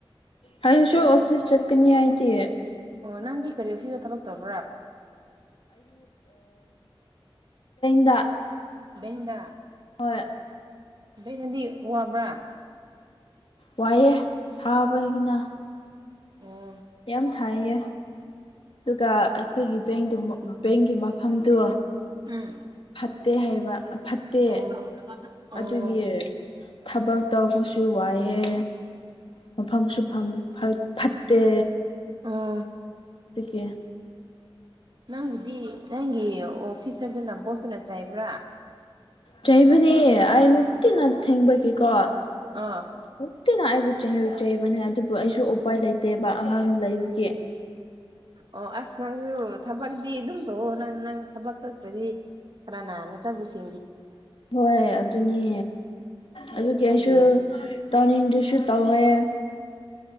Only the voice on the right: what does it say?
ꯑꯣ ꯅꯪꯗꯤ ꯀꯔꯤ ꯑꯣꯐꯤꯁꯇ ꯊꯕꯛ ꯇꯧꯕ꯭ꯔꯥ
ꯗ
ꯕꯦꯅꯗꯤ ꯋꯥꯕ꯭ꯔꯥ
ꯑꯣ
ꯎꯝ
ꯑꯣ ꯑꯣ
ꯑꯥ
ꯅꯪꯕꯨꯗꯤ ꯅꯪꯒꯤ ꯑꯣ ꯐꯤꯁꯔꯗꯨꯅ ꯕꯣꯁꯅ ꯆꯥꯏꯕ꯭ꯔꯥ
ꯑꯥ
ꯑꯣ ꯑꯁ ꯅꯪꯁꯨ ꯊꯕꯛꯇꯗꯤꯤ ꯑꯗꯨꯝ ꯇꯧꯑꯣ ꯅꯪ ꯅꯪ ꯊꯕꯛ ꯇꯧꯇ꯭ꯔꯗꯤ ꯀꯅꯥ ꯅ ꯆꯆꯥꯕꯨꯁꯤ
ꯑꯁ
ꯅꯪꯒꯤ